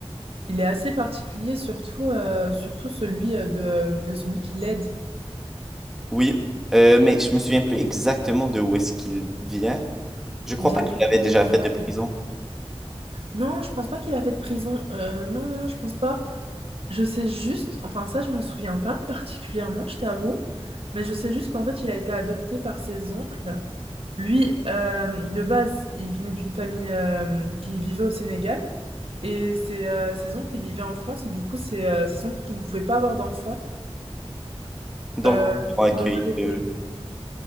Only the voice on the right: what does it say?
il est assez particulier, surtout, euh, surtout celui euh, de, de celui qui l'aide.
Il vient
du
Sénégal.
Non, je pense pas qu'il a fait de prison. Euh, non, non, non, je pense pas. Je sais juste, enfin ça, je m'en souviens pas particulièrement, je t'avoue, mais je sais juste qu'en fait, il a été adopté par ses oncles. Lui, euh, de base, il venait d'une famille euh, qui vivait au Sénégal et ses, euh, ses oncles, ils vivaient en France et du coup, ses, euh, ses oncles qui ne pouvaient pas avoir d'enfants
euh,
l'ont
adopté.